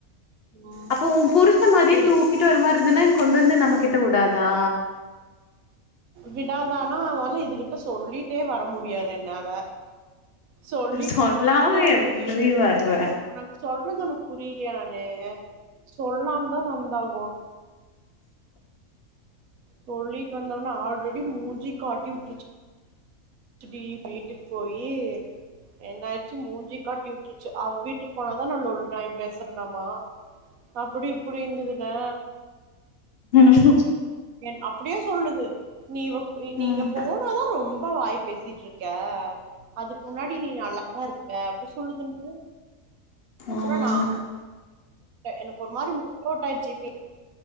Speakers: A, on the right; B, on the left.
A: ம்
B: அப்போ உன் புருஷன் மாதிரியே
A: இல்ல
B: தூக்கிட்டு வர மாதிரியே இருந்தன்னா கொண்டு வந்து நம்ம கிட்ட வுடாதா
A: விடாதானா ல்ல இதுகிட்ட சொல்லிட்டு ட்டே வர முடியாது என்னால சொல்லிட்டு
B: சொல்லாம
A: வந்தோம்னாலே
B: எப்டி
A: மூதிட்டு
B: வருவ
A: உனக்கு சொல்றது எனக்கு புரி நானே சொல்லாம தான் வந்தாகுனோம் சொல்லிட்டு வந்தம்னா ஆல்ரெடி மூஞ்சி காட்டி விட்டுருச்சு ச்சுடி வீட்டுக்கு போயி என்னாச்சு மூஞ்சி காட்டி விட்டுருச்சு அவ வீட்டுக்கு போனாதான் நான் லொல்லு நாயம் பேசுறேனாமா அப்படி இப்படிங்குதுனா
B: ம் <unintelligible>
A: என் அப்படியே சொல்லுது நீ நீங்க
B: ம்
A: போனா தான் ரொம்ப ரொம்ப வாய் பேசிட்டு இருக்கே அதுக்கு முன்னாடி நீ நல்லாதான் இருப்ப அ அப்படி சொல்லுதுங்கல அப்புறம்
B: ம்
A: நான் எனக்கு ஒரு மாதிரி மூடு அவுட் ஆயிடிடுச்சு